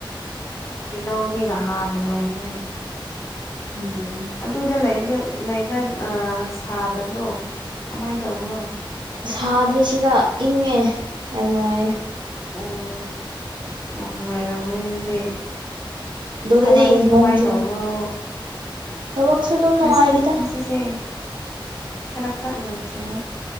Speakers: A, on the left; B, on the right.
A: ꯅꯣꯏꯒꯤ ꯂꯧꯗꯤꯅ ꯅꯍꯥꯟꯅ ꯂꯣꯏꯈ꯭ꯔꯦ
B: ꯎꯝ
A: ꯑꯗꯨꯗꯥ ꯂꯩꯕꯗꯣ ꯂꯩꯕ ꯑꯥ ꯁꯥꯗꯕ꯭ꯔꯣ ꯀꯃꯥꯏꯅ ꯇꯧꯕꯔꯣ
B: ꯁꯥꯗꯦ ꯁꯤꯗ ꯏꯪꯉꯦ ꯌꯥꯝ ꯅꯨꯡꯉꯥꯏꯌꯦ
A: ꯑꯣ ꯌꯥꯝ ꯅꯨꯡꯉꯥꯏꯔꯝꯒꯅꯤ ꯑꯗꯨꯗꯤ ꯑꯦ
B: ꯑꯗꯨꯗꯗꯤ
A: ꯊꯕꯛꯇꯤ ꯀꯃꯥꯏꯅ
B: ꯅꯣꯡ ꯆꯨ
A: ꯇꯧꯕꯔꯣ
B: ꯊꯕꯛꯁꯨ ꯑꯗꯨꯝ ꯅꯨꯡꯉꯥꯏꯔꯤꯗ
A: ꯉꯁꯤ ꯉꯁꯤꯁꯦ ꯈꯔ ꯈꯔ ꯅꯣꯡ ꯆꯨꯌꯦ